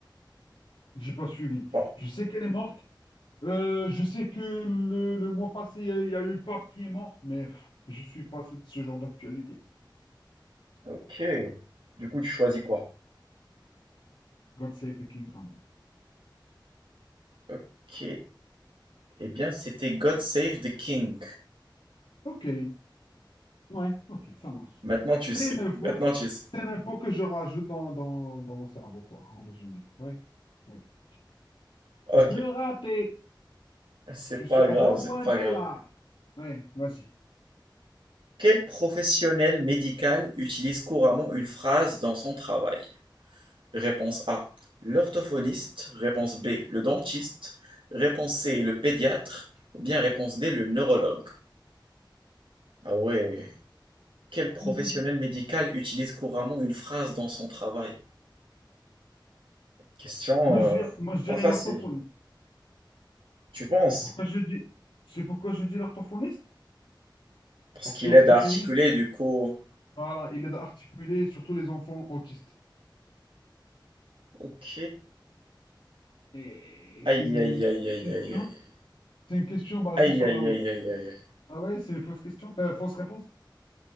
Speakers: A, on the left (about 85°); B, on the right (about 80°).
A: J'ai pas suivi.
B: Bon,
A: Je sais qu'elle est morte. Euh, je sais que le, le mois passé, il y, a il y a eu le pape qui est mort, mais pff, je suis pas ce ce genre d'actualité.
B: Ok. Du coup, tu choisis quoi?
A: God Save the Kingdom.
B: Ok. Eh bien, c'était God Save the King.
A: Ok. Ouais, ok, ça marche.
B: Maintenant, tu
A: C'est
B: sais.
A: une info,
B: Maintenant,
A: que-
B: tu sais.
A: c'est une info que je rajoute dans, dans, dans mon cerveau, quoi, en résumé. Oui, oui, ok.
B: Ok.
A: Deux ratés.
B: C'est
A: Je suis
B: pas
A: à
B: grave,
A: zéro
B: c'est
A: pointé,
B: pas grave.
A: là. Oui, vas-y.
B: Quel professionnel médical utilise couramment une phrase dans son travail? Réponse A. L'orthophoniste. Réponse B. Le dentiste. Réponse C. Le pédiatre. Ou bien réponse D. Le neurologue. Ah ouais. Quel
A: <laughs>
B: professionnel médical utilise couramment une phrase dans son travail? Question,
A: Moi, je dirais,
B: euh,
A: moi, je dirais
B: pas facile.
A: l'orthophoniste.
B: Tu penses?
A: C'est pourquoi je dis, c'est pourquoi je dis l'orthophoniste?
B: Parce
A: Parce
B: qu'il
A: que l'orthophoniste,
B: aide à articuler, du coup.
A: voilà, il aide à articuler surtout les enfants autistes.
B: Ok.
A: Et
B: Aïe,
A: c'est une
B: aïe, aïe, aïe,
A: question,
B: aïe, aïe.
A: c'est une question basée
B: Aïe,
A: sur
B: aïe,
A: la logique.
B: aïe, aïe, aïe. aïe.
A: Ah ouais, c'est une fausse question, euh, fausse réponse.